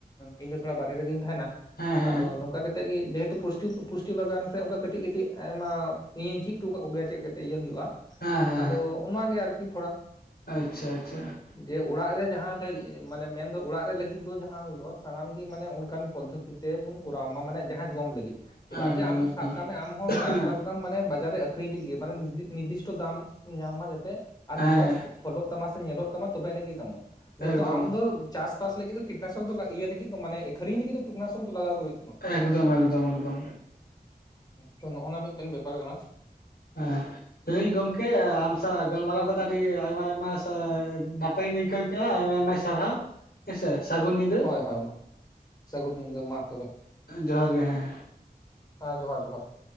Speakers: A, on the left; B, on the left.
A: ᱤᱧ ᱫᱚ ᱛᱷᱚᱲᱟ ᱵᱟᱨᱦᱮ ᱨᱮᱜᱤᱧ ᱛᱟᱦᱮᱱᱟ,
B: ᱦᱮᱸ ᱦᱮᱸ
A: ᱟᱫᱚ ᱱᱚᱝᱠᱟ ᱠᱟᱛᱮᱜ ᱜᱮ ᱡᱮ ᱯᱩᱥᱴᱤ ᱯᱩᱥᱴᱤ ᱵᱟᱜᱟᱱ ᱥᱮ ᱚᱱᱠᱟ ᱠᱟᱹᱴᱤᱡ ᱠᱟᱹᱴᱤᱡ ᱟᱭᱢᱟ ᱤᱧᱤᱧ ᱪᱤᱫ ᱚᱴᱚ ᱟᱠᱟᱫ ᱠᱚᱜᱮᱭᱟ ᱪᱮᱫ ᱠᱟᱛᱮ ᱤᱭᱟᱹ ᱦᱩᱭᱩᱜᱼᱟ
B: ᱦᱮᱸ
A: ᱾
B: ᱦᱮᱸ
A: ᱟᱫᱚ
B: ᱦᱮᱸ
A: ᱚᱱᱟ ᱜᱮ ᱟᱨᱠᱤ ᱛᱷᱚᱲᱟ ᱾
B: ᱟᱪᱪᱷᱟ ᱟᱪᱪᱷᱟ ᱾
A: ᱡᱮ ᱚᱲᱟᱜ ᱨᱮ ᱡᱟᱦᱟᱸ ᱞᱮ ᱢᱟᱱᱮ ᱢᱮᱱ ᱫᱚ ᱚᱲᱟᱜ ᱨᱮ ᱞᱟᱹᱜᱤᱫ ᱫᱚ ᱡᱟᱦᱟᱸ ᱦᱩᱭᱩᱜᱼᱟ, ᱥᱟᱱᱟᱢ ᱜᱮ ᱢᱟᱱᱮ ᱚᱱᱠᱟᱱ ᱯᱚᱫᱷᱚᱛᱤ ᱛᱮ ᱵᱚᱱ ᱠᱚᱨᱟᱣ ᱢᱟ ᱢᱟᱱᱮ ᱡᱟᱦᱟᱸ ᱡᱚᱢ ᱞᱟᱹᱜᱤᱫ ᱾ ᱪᱮᱫᱟᱜ
B: ᱮᱠᱫᱚᱢ
A: ᱡᱮ ᱟᱢ
B: ᱮᱠᱫᱚᱢ
A: ᱥᱟᱵ ᱠᱟᱜ ᱢᱮ ᱟᱢᱦᱚᱸ ᱪᱟᱥᱵᱟᱥ
B: ᱦᱮᱸ
A: ᱫᱟᱢ ᱢᱟᱱᱮ ᱵᱟᱡᱟᱨ ᱨᱮ ᱟᱹᱠᱷᱨᱤᱧ ᱛᱤᱜᱤ ᱢᱟᱱᱮ ᱱᱤᱨᱫᱤᱥᱴᱚ ᱫᱟᱢ ᱧᱟᱢ ᱢᱟ ᱡᱟᱛᱮ ᱟᱨ
B: ᱦᱮᱸ
A: ᱢᱚᱸᱡᱽ ᱯᱷᱚᱞᱚᱜ ᱛᱟᱢᱟ ᱥᱮ ᱧᱮᱞᱚᱜ ᱛᱟᱢᱟ ᱛᱚᱵᱮ ᱟᱹᱱᱤᱡ ᱜᱮ ᱫᱟᱢᱚᱜᱼᱟ, ᱢᱮᱱᱫᱚ
B: ᱮᱠᱫᱚᱢ
A: ᱟᱢ ᱫᱚ ᱪᱟᱥᱵᱟᱥ ᱞᱟᱹᱜᱤᱫ ᱫᱚ ᱠᱤᱴᱱᱟᱥᱚᱠ ᱫᱚ ᱞᱟ ᱤᱭᱟᱹ ᱞᱟᱹᱜᱤᱫ ᱢᱟᱱᱮ ᱟᱹᱷᱨᱤᱧ ᱞᱟᱹᱜᱤᱫ ᱫᱚ ᱠᱤᱴᱱᱟᱥᱚᱠ ᱫᱚ ᱞᱟᱜᱟᱣ ᱜᱮ ᱦᱩᱭᱩᱜ ᱛᱟᱢᱟ ᱾
B: ᱮᱠᱫᱚᱢ ᱮᱠᱫᱚᱢ ᱮᱠᱫᱚᱢ ᱾
A: ᱛᱚ ᱱᱚᱜᱼᱚᱱᱟ ᱢᱤᱫᱴᱮᱱ ᱵᱮᱯᱟᱨ ᱠᱟᱱᱟ ᱾
B: ᱦᱮᱸ ᱞᱟᱹᱭᱫᱟᱹᱧ ᱜᱚᱝᱠᱮ ᱟᱢ ᱥᱟᱶ ᱜᱟᱞᱢᱟᱨᱟᱣ ᱠᱟᱛᱮ ᱟᱹᱰᱤ ᱟᱭᱢᱟ ᱟᱭᱢᱟ ᱥᱟ ᱱᱟ ᱯᱟᱭᱤᱧ ᱟᱭᱠᱟᱣ ᱠᱮᱜᱼᱟ ᱟᱭᱢᱟ ᱟᱭᱢᱟ ᱥᱟᱨᱦᱟᱣ ᱾ ᱦᱮᱸᱥᱮ ᱥᱟᱹᱜᱩᱱ ᱧᱤᱫᱟᱹ,
A: ᱦᱳᱭ ᱦᱳᱭ ᱢᱟ ᱥᱟᱹᱜᱩᱱ ᱧᱤᱫᱟᱹ ᱢᱟ ᱛᱚᱵᱮ
B: ᱦᱮᱸ ᱡᱚᱦᱟᱨ ᱜᱮ ᱦᱮᱸ ᱾
A: ᱦᱮᱸ ᱡᱚᱦᱟᱨ ᱡᱚᱦᱟᱨ ᱾